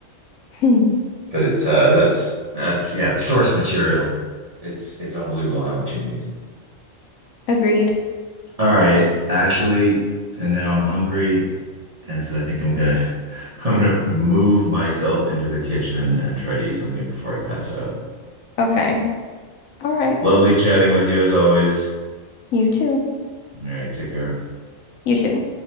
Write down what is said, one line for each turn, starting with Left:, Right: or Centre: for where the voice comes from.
Left: Hmm.
Right: But it's uh that's that's yeah, the source material. It's it's unbelievable how much you need.
Left: Agreed.
Right: All right, actually, and now I'm hungry, and so I think I'm gonna <laughs> I'm gonna move myself into the kitchen and try to eat something before I pass out.
Left: Okay. All right.
Right: Lovely chatting with you as always.
Left: You too.
Right: All right, take care.
Left: You too.